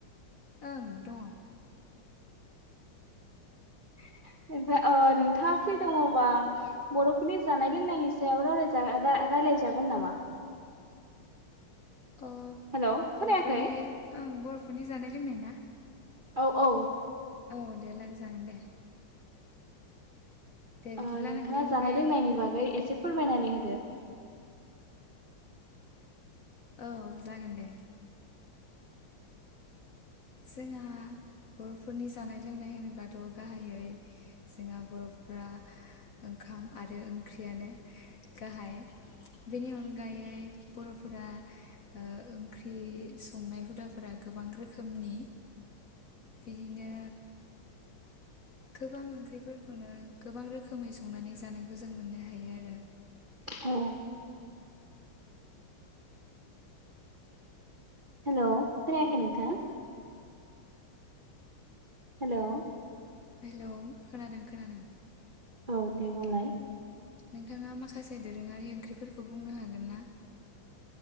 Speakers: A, on the left (about 55°); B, on the right (about 45°).
A: ओं दङ
B: <inaudible> ओ नोंथाङा फ्रि दङबा बर'फोरनि जानाय लोंनायनि सायाव राइलाय रा-रा-रायलाय जागोन नामा?
A: ओ
B: हेलौ
A: बर'फोरनि
B: खोनायाखै
A: ओं बर'फोरनि जानाय लोंनाय ना
B: औ औ।
A: औ दे रायलाय जागोन दे दे बिदिब्ला
B: ओ नोंथाङा
A: नोंथां ओमफ्राय
B: जानाय लोंनायनि बागै एसे' फोरमायनानै हो
A: औ जागोन दे जोंहा बर'फोरनि जानाय लोंनाय होनोबाथ' गाहायै जोंहा बर'फ्रा ओंखाम आरो ओंख्रियानो गाहाय बेनि अनगायै बर'फोरा ओ ओंख्रि संनाय हुदाफोरा गोबां रोखो रोखोमनि बिदिनो गोबां ओंख्रिफोरखौनो गोबां रोखोमै संनानै जानायखौ जों मोननो हायो आरो
B: औ हेलौ' खोनायाखै नोंथां हेलौ'
A: हेलौ' खोनादों खोनादों
B: औ दे बुंलाय
A: नोंथाङा माखासे दोरोङारि ओंख्रिफोरखौ बुंनो हागोन ना